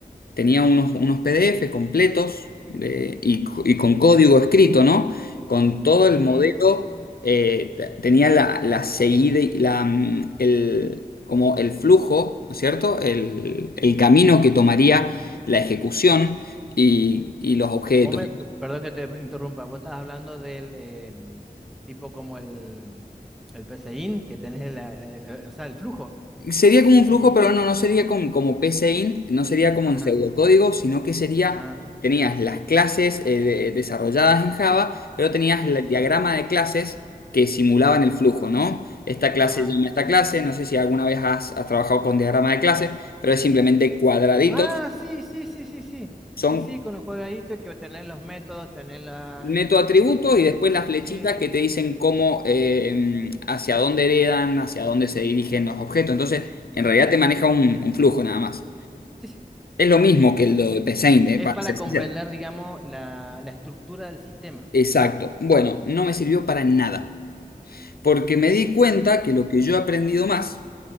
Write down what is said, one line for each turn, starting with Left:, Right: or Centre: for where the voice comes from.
Left: tenía unos, unos PDF completos de- y, co- y con código escrito, ¿no? Con todo el
Centre: Ujú.
Left: modelo, eh, t- tenía la, la seguida, y la, mm, el, como el flujo, ¿no es cierto? El, el camino que tomaría la ejecución y, y los objetos
Centre: Vos me, p- perdón que te interrumpa, vos estabas hablando del eh, tipo como el, el PCIN, que tenés el, el- el- o sea, el flujo,
Left: Sería como
Centre: el
Left: un
Centre: flujo
Left: flujo,
Centre: de...
Left: pero no, no sería com- como PCInt, no sería como
Centre: Ajá,
Left: en pseudocódigo, sino que sería,
Centre: ajá,
Left: tenías las clases eh, de- desarrolladas en Java, pero tenías
Centre: sí,
Left: la- el diagrama de clases que simulaban el flujo, ¿no? Esta clase
Centre: ajá.
Left: llama a esta clase, no sé si alguna vez has, has trabajado con diagrama de clases, pero es simplemente cuadraditos,
Centre: Ah, sí, sí, sí, sí, sí,
Left: son
Centre: sí, sí, con los cuadraditos que tenés los métodos, tenés la...
Left: neto atributos
Centre: eh,
Left: y después las flechitas
Centre: sí, sí,
Left: que te dicen cómo,
Centre: sí,
Left: eh, hacia dónde heredan, hacia dónde se dirigen los objetos. Entonces,
Centre: sí, sí,
Left: en realidad te
Centre: sí,
Left: maneja
Centre: sí,
Left: un un flujo nada más.
Centre: sí, sí.
Left: Es lo mismo que lo de P. Saint, eh,
Centre: Es
Left: para
Centre: para
Left: ser
Centre: comprender,
Left: sincero.
Centre: digamos, la, la estructura del sistema.
Left: Exacto. Bueno, no
Centre: Sí,
Left: me
Centre: sí.
Left: sirvió para nada. Porque me di cuenta que lo que yo he aprendido más.